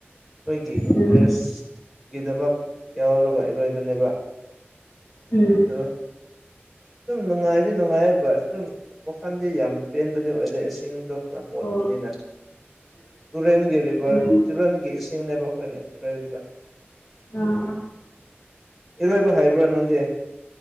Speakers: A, in the centre; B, on the left.
A: ꯅꯣꯏꯒꯤ
B: ꯎꯝ
A: ꯏꯟꯇꯔꯦꯁ ꯒꯤꯗꯃꯛ ꯌꯥꯎꯔꯒ ꯏꯔꯣꯏꯕꯅꯦꯕ
B: ꯎꯝ
A: <unintelligible> ꯑꯗꯨꯝ ꯅꯨꯡꯉꯥꯏꯗꯤ ꯅꯨꯡꯉꯥꯏꯕ ꯑꯗꯨꯝ ꯋꯥꯈꯜꯗꯤ ꯌꯥꯝ ꯄꯦꯟꯕꯗꯤ ꯑꯣꯏ ꯗꯦ ꯏꯁꯤꯡꯗꯣ ꯈꯔ ꯃꯣꯠꯄꯅꯤꯅ
B: ꯎꯝ ꯑꯣ
A: ꯇꯨꯔꯦꯟꯒꯤ ꯔꯤꯚꯔ
B: ꯎꯝ
A: ꯇꯨꯔꯦꯟꯒꯤ ꯏꯁꯤꯡꯅꯦꯕ ꯑꯈꯣꯏꯅ ꯏꯔꯣꯏꯕꯗ
B: <unintelligible>
A: ꯏꯔꯣꯏꯕ ꯍꯩꯕꯔꯥ ꯅꯪꯗꯤ